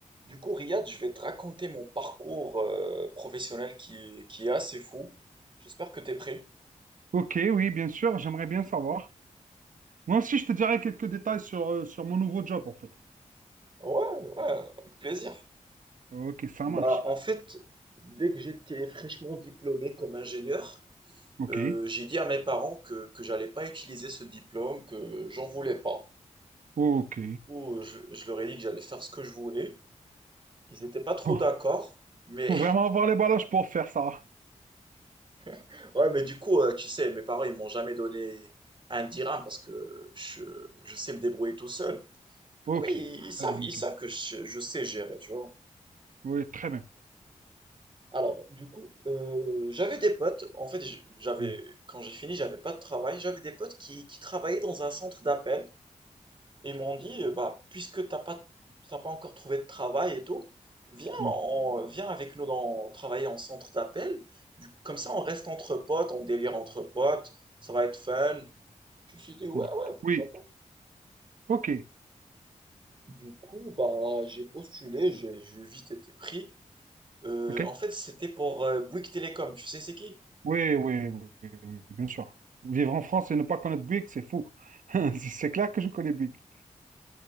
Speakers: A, on the right; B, on the right.
A: Du coup, Riyad, je vais te raconter mon parcours euh, professionnel qui, qui est assez fou. J'espère que t'es prêt.
B: Ok, oui, bien sûr, j'aimerais bien savoir. Moi aussi, je te dirai quelques détails sur, euh, sur mon nouveau job, en fait.
A: Ouais, ouais, avec plaisir.
B: Ok, ça
A: Bah,
B: marche.
A: en fait, dès que j'étais fraîchement diplômé comme ingénieur,
B: Ok,
A: euh, j'ai dit à mes parents que, que j'allais pas utiliser ce diplôme, que j'en voulais pas.
B: ok.
A: Du coup, je, je leur ai dit que j'allais faire ce que je voulais. Ils étaient pas trop
B: Bon,
A: d'accord, mais
B: faut vraiment avoir les ballages pour faire ça.
A: <laughs> ouais, mais du coup, euh, tu sais, mes parents, ils m'ont jamais donné un dirham parce que je, je sais me débrouiller tout seul. Du
B: Ok,
A: coup, ils, ils savent,
B: très bien, nickel.
A: ils savent que je, je sais gérer, tu vois.
B: Oui, très bien.
A: Alors, du coup, euh, j'avais des potes. En fait, j- j'avais,
B: Mm,
A: quand j'ai fini, j'avais pas de travail. J'avais des potes qui, qui travaillaient dans un centre d'appel. Et ils m'ont dit, euh, bah, puisque t'as pas, t'as pas encore trouvé de travail et tout, viens,
B: mm,
A: en- viens avec nous dans, travailler en centre d'appel. Du- Comme ça, on reste entre potes, on délire entre potes. Ça va être fun. Je me suis dit, ouais,
B: mm.
A: ouais,
B: Oui,
A: pourquoi pas.
B: ok,
A: Du coup, bah, j'ai postulé, j'ai j'ai vite été pris. Euh,
B: ok.
A: en fait, c'était pour euh, Bouygues Télécom, tu sais c'est qui?
B: Oui, oui, oui, oui, oui, bien sûr. Vivre en France et ne pas connaître Big, c'est fou. <laughs> C'est c'est clair que je connais Big.